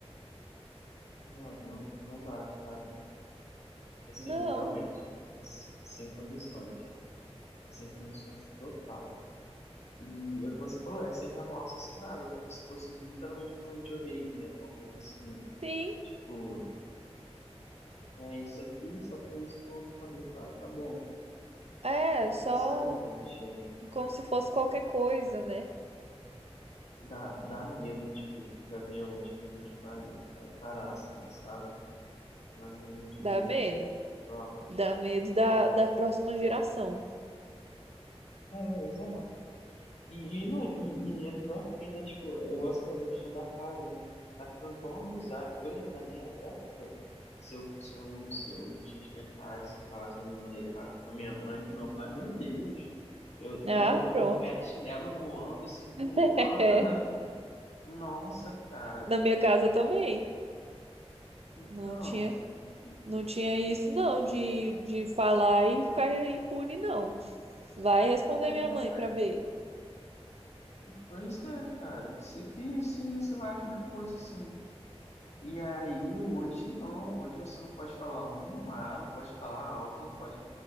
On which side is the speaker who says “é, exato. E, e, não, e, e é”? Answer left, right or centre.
Left